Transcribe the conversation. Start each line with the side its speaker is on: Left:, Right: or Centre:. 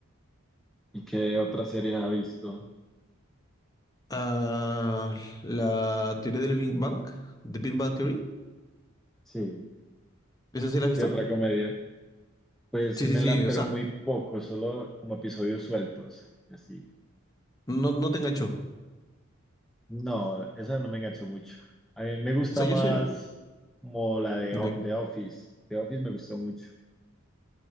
Centre: ¿Y qué otra serie ha visto?
Left: Ah, la teoría del Big Bang, The Big Bang Theory,
Centre: Sí,
Left: ¿esa sí la has visto?
Centre: ¿qué otra comedia? Pues
Left: Sí,
Centre: me
Left: sí, sí,
Centre: la,
Left: o
Centre: pero
Left: sea,
Centre: muy poco, solo como episodios sueltos, así.
Left: no, no te enganchó.
Centre: No, esa no me enganchó mucho. A mí me gusta
Left: O sea,
Centre: más
Left: yo soy...
Centre: como la de
Left: de-
Centre: O- The Office. The Office me gustó mucho.